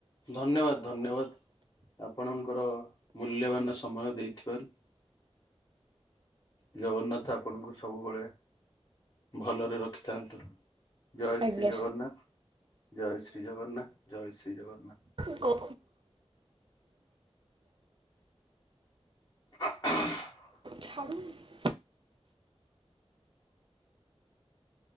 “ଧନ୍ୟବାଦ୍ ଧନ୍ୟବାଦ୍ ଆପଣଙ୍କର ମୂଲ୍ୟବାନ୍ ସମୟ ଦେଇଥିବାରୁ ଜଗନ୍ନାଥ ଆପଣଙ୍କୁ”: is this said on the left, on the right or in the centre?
Left